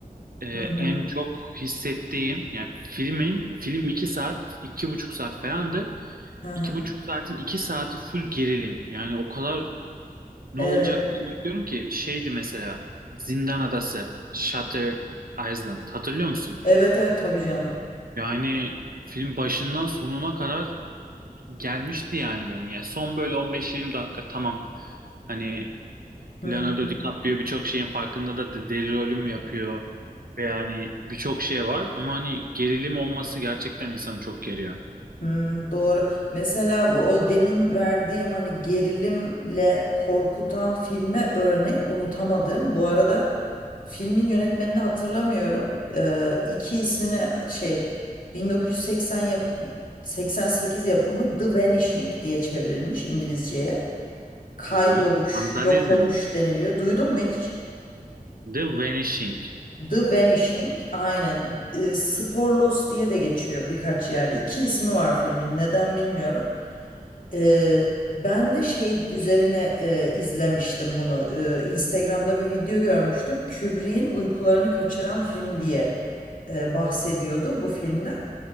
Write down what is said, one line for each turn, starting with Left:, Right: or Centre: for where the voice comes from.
Right: Ee,
Left: Hı hı.
Right: en çok hissettiğim yani filmin film iki saat iki buçuk saat falandı.
Left: Hı hı.
Right: İki buçuk saatin 2 saati full gerilim. Yani o kadar ne
Left: Evet.
Right: olacak diye bekliyorum ki şeydi mesela Zindan Adası, Shutter Island hatırlıyor musun?
Left: Evet evet tabii canım.
Right: Yani film başından sonuna kadar gelmişti yani beni Yani son böyle on beş yirmi dakika tamam. Hani
Left: Hı
Right: Leonardo
Left: hı.
Right: DiCaprio birçok şeyin farkında da de- deli rolüm yapıyor. Ve yani birçok şey var ama hani gerilim olması gerçekten insanı çok geriyor.
Left: Hmm, doğru. Mesela bu- o demin verdiğim hani gerilimle korkutan filme örnek unutamadım. Bu arada filmin yönetmenini hatırlamıyorum. Ee, iki ismini şey 1980 yap 88 yapımı The Vanishing diye çevrilmiş İngilizceye. Kayboluş,
Right: Hı hı. Vandalizm
Left: yok oluş
Right: mi?
Left: deniliyor. Duydun mu hiç?
Right: The Vanishing.
Left: The Vanishing, aynen. Ee, Sporlos diye de geçiyor birkaç yerde. İki ismi var filmin. Neden bilmiyorum. Eee, ben de şey üzerine eee, izlemiştim bunu. Eee, Instagram'da bir video görmüştüm. Kubrick'in uykularını kaçıran film diye eee, bahsediyordu bu filmden.